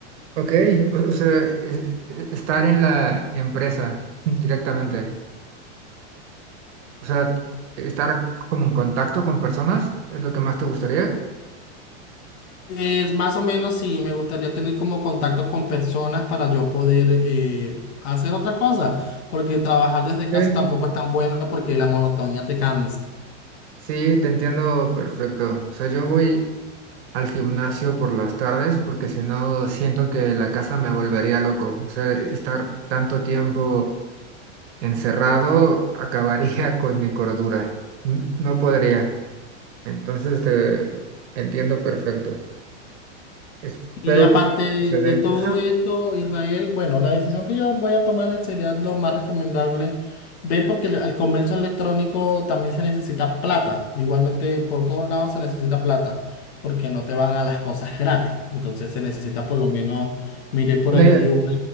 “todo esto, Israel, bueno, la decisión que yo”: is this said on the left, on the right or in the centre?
Left